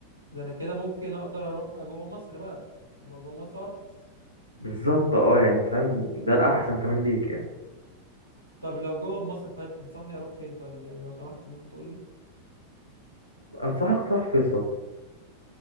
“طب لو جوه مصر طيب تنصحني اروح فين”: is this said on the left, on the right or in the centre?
Right